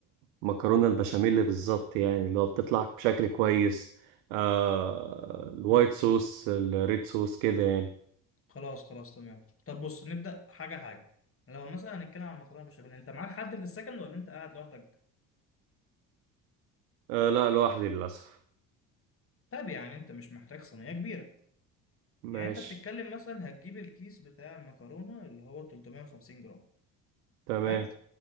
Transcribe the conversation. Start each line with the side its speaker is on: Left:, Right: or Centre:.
Right: المكرونة البشاميل بالظبط يعني اللي هو بتطلع بشكل كويس آه الوايت
Left: امم
Right: صوص الريد صوص كده يعني
Left: خلاص خلاص تمام طب بص نبدا حاجه حاجه لو مثلا هنتكلم عن مكرونه بشاميل انت معاك حد في السكن ولا انت قاعد لوحدك
Right: آه لا لوحدي للأسف
Left: طب يعني انت مش محتاج صينيه كبيره يعني
Right: ماشي
Left: انت بتتكلم مثلا هتجيب الكيس بتاع المكرونه اللي هو 350 جرام
Right: تمام
Left: حلو